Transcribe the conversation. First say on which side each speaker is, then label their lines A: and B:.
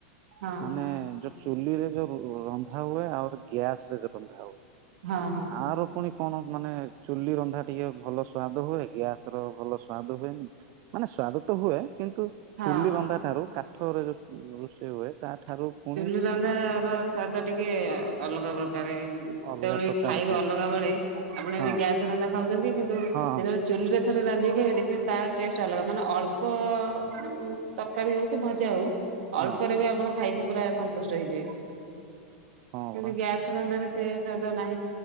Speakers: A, on the right; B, on the right.
A: ହଁ
B: ମାନେ ଯ ଚୁଲିରେ ଯୋଉ ରନ୍ଧା ହୁଏ ଆଉ ଗ୍ୟାସ ରେ ଯୋଉ ରନ୍ଧା ହୁଏ।
A: ହଁ ହଁ।
B: ଆର ପୁଣି କଣ ମାନେ ଚୁଲି ରନ୍ଧା ଟିକେ ଭଲ ସ୍ଵାଦ ହୁଏ ଗ୍ୟାସ ର ଭଲ ସ୍ଵାଦ ହୁଏନି। ମାନେ ସ୍ୱାଦ ତ ହୁଏ କିନ୍ତୁ
A: ହଁ।
B: ଚୁଲି ରନ୍ଧା ଠାରୁ କାଠରେ ଯୋଉ ରୋଷେଇ ହୁଏ। ତା ଠାରୁ ପୁଣି
A: ଚୁଲିି ରନ୍ଧାର ସ୍ଵାଦ ଟିକେ ଅଲଗା ପ୍ରକାରେ। ଯେତେବେଳେ
B: ଅଲଗା ପ୍ରକାର
A: ଖାଇବେ
B: ହୁଏ
A: ଅଲଗା ବେଳେ ଆପଣ
B: ହଁ
A: ଏବେ ଗ୍ୟାସ ରନ୍ଧା ଖାଉଛନ୍ତି କିନ୍ତୁ ଯେତେବେଳେ
B: ହଁ
A: ଚୁଲିରେ ଥରେ ରାନ୍ଧିକି ଦେଖିବେ ତା ଟେଷ୍ଟ ଅଲଗା ମାନେ ଅଳ୍ପ ଉଁ ତରକାରୀ ହଉ କି ଭଜା ହଉ?
B: ହଁ
A: ଅଳ୍ପରେ ବି ଆପଣ ଖାଇକି ପୁରା ସନ୍ତୁଷ୍ଟ ହେଇଯିବେ
B: ହଁ
A: କିନ୍ତୁ
B: ପରା
A: ଗ୍ୟାସ ରନ୍ଧାରେ ସେ ସ୍ୱାଦ ନାହିଁ